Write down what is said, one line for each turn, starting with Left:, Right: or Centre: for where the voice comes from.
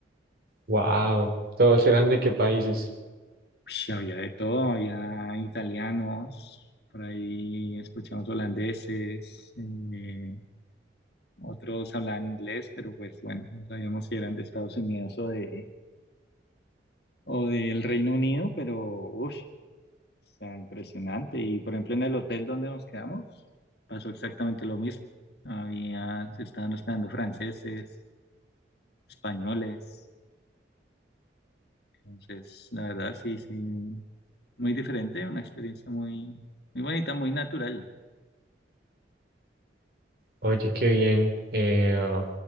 Right: Wow, todos eran de qué países.
Left: <laughs> Ush, había de todo, había italianos, por ahí escuchamos holandeses, eh, otros hablaban inglés, pero pues bueno, no sabíamos si eran de Estados Unidos o de o del Reino Unido, pero uff, O sea, impresionante. Y por ejemplo, en el hotel donde nos quedamos, pasó exactamente lo mismo. Había, se estaban hospedando franceses, españoles. Entonces, la verdad, sí, sí, muy diferente, una experiencia muy, muy bonita, muy natural.
Right: Oye, qué bien. Eh, ah,